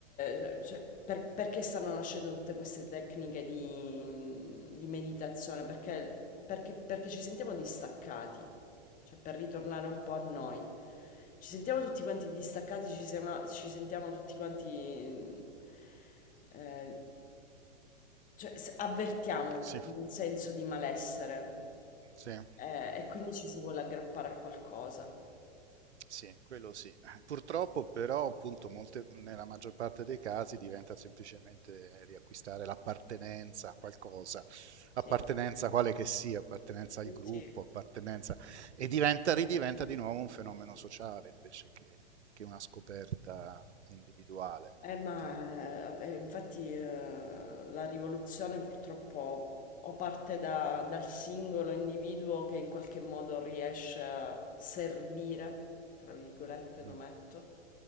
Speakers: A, on the left; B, on the right.
A: cioè, cioè, per- perché stanno nascendo tutte queste tecniche di, di meditazione? Perché, perché- perché ci sentiamo distaccati, cioè per ritornare un po' a noi. Ci sentiamo tutti quanti distaccati, ci, siamo- ci sentiamo tutti quanti, eh, cioè se- avvertiamo
B: Sì,
A: un senso di malessere,
B: sì.
A: eh, e quindi ci si vuole aggrappare a qualcosa.
B: Sì, quello sì. Purtroppo però, appunto, molte- nella maggior parte dei casi diventa semplicemente riacquistare l'appartenenza a qualcosa, appartenenza
A: Sì,
B: quale che sia, appartenenza
A: sì.
B: al gruppo,
A: sì.
B: appartenenza... e diventa, ridiventa di nuovo un fenomeno sociale invece che, che una scoperta individuale.
A: Eh, ma
B: Então,
A: eh, eh, infatti eh, la rivoluzione purtroppo o parte da- dal singolo individuo che in qualche modo riesce a servire, tra virgolette lo
B: mm,
A: metto,